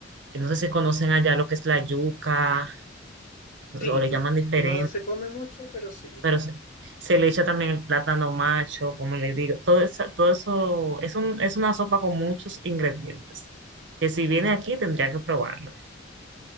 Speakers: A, on the right (about 60°); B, on the left (about 40°).
A: no sé si conocen allá lo que es la yuca,
B: Sí,
A: o le llaman diferente,
B: no se come mucho, pero sí.
A: pero se, se le echa también el plátano macho, como le digo. Todo eso, todo eso es un, es una sopa con muchos ingredientes, que si viene aquí tendría que probarlo.